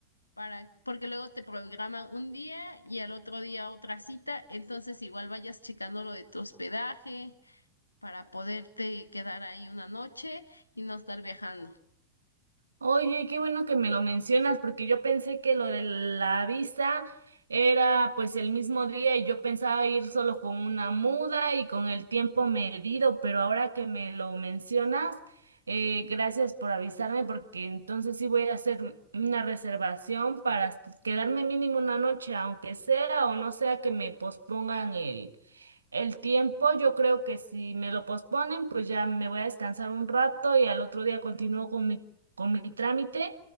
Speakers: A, on the left; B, on the right.
A: para, porque luego te programan un día y al otro día otra cita, entonces igual vayas checando lo de tu hospedaje para poderte quedar ahí una noche y no estar viajando.
B: Oye, qué bueno que me lo mencionas, porque yo pensé que lo de la visa era pues el mismo día y yo pensaba ir solo con una muda y con el tiempo medido, pero ahora que me lo mencionas, eh, gracias por avisarme, porque entonces sí voy a hacer una reservación para est- quedarme mínimo una noche, aunque sea o no sea que me pospongan el, el tiempo. Yo creo que si me lo posponen, pues ya me voy a descansar un rato y al otro día continúo con mi con mi trámite